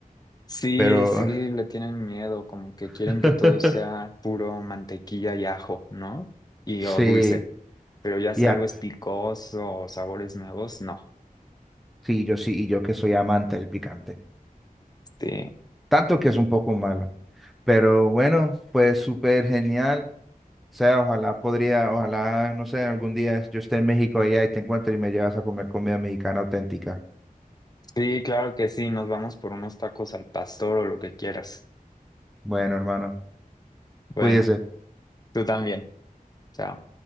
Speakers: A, on the left (about 25°); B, in the centre.
A: Sí,
B: Pero
A: sí, le tienen miedo, como que
B: <laughs>
A: quieren que todo sea puro mantequilla y ajo, ¿no? Y
B: sí,
A: o dulce, pero ya
B: ya,
A: si algo es picoso o sabores nuevos, no.
B: Sí, yo sí, y yo que soy amante del picante.
A: Sí.
B: Tanto que es un poco malo. Pero bueno, fue súper genial. O sea, ojalá podría, ojalá, no sé, algún día yo esté en México allá y te encuentre y me llevas a comer comida mexicana auténtica.
A: Sí, claro que sí, nos vamos por unos tacos al pastor o lo que quieras.
B: Bueno, hermano,
A: Bueno.
B: cuídese.
A: Tú también. Chao.